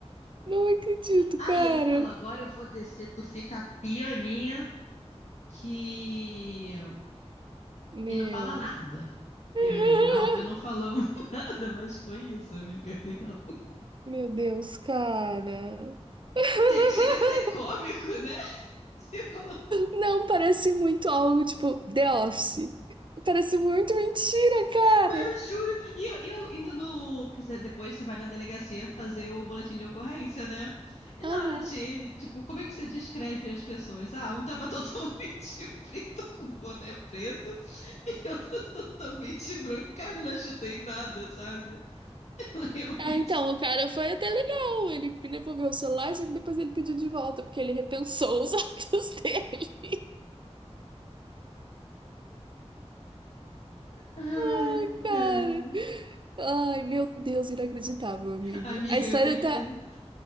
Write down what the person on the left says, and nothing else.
Aí
ele falou, agora eu vou descer, tu fica pianinha que...
E não fala nada.
Eu e a menina, óbvio, não falamos <laughs> nada, mas foi isso, amiga real.
Che- Chega a ser cômico, né? <laughs> Você fala,
Mas eu juro. E eu, e eu indo no. Porque você- depois você vai na delegacia fazer o boletim de ocorrência, né? E
na hora de. Tipo, como é que você descreve as pessoas? Ah, um tava <laughs> totalmente preto com boné preto e outro <laughs> totalmente branco. Cara, eu não ajudei em nada, sabe? <laughs> Realmente.
Ai,
cara.
Amiga,
eu tenho que
terminar.